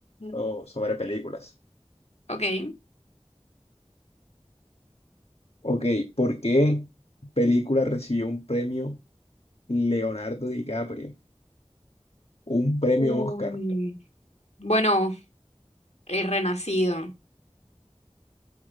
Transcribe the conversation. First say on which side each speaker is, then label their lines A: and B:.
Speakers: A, on the left; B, on the left.
A: o sobre películas.
B: ok.
A: Ok, ¿por qué película recibió un premio Leonardo DiCaprio? Un premio
B: Uy.
A: Oscar.
B: Bueno, el renacido.